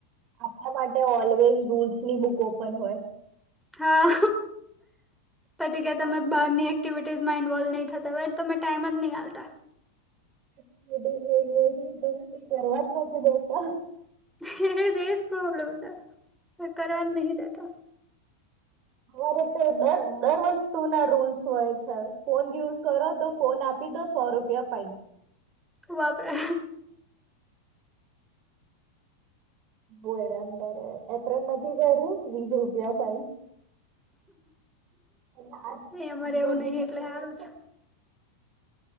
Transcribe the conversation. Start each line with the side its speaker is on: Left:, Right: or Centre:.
Right: આપણા માટે ઓલવેઝ રૂલ્સ ની બુક ઓપન હોય.
Centre: હા, પછી કહે, તમે
Right: કઈ
Centre: બહારની એક્ટિવિટીઝ માં ઇન્વોલ્વ નહી થતા હોય. તમે ટાઈમ જ ની આલતા.
Right: કશું કરવા જ નથી દેતા.
Centre: એજ એજ પ્રોબ્લેમ છે, કરવા જ નહી દેતા.
Right: હવારે. દર દર વસ્તુ ના રૂલ્સ હોય છે, ફોન યુઝ કરો, તો ફોન આપી દો. સો રૂપિયા ફાઇલ.
Centre: વાપરે.
Right: હું બો હેરાન કરે, એપ્રન નથી કર્યું, વીસ રૂપિયા ફાઇન. એ આજ <unintelligible>
Centre: એ અમારે એવું નહિ એટલે સારું છે